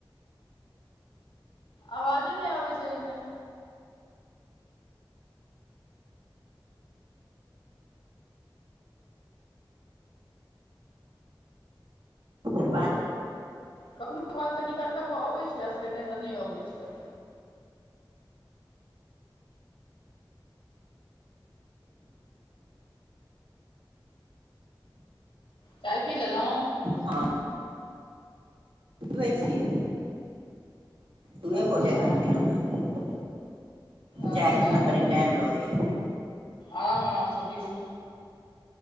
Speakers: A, on the left; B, on the right.
A: आवाजे नहि आबै छै एहिमे
B: तकर बाद
A: कखनो काल कनि क कर कऽ अबैत छै आ फेर नहि तऽ नहि अबैत छै चाय पी लेलउ
B: हँ पीबै छिय दूए
A: अच्छा
B: घोट अखन पीलहुँ ह
A: अच्छा
B: जाायमे न कनि टाइम लगैया
A: आराम आरामसँ पीबू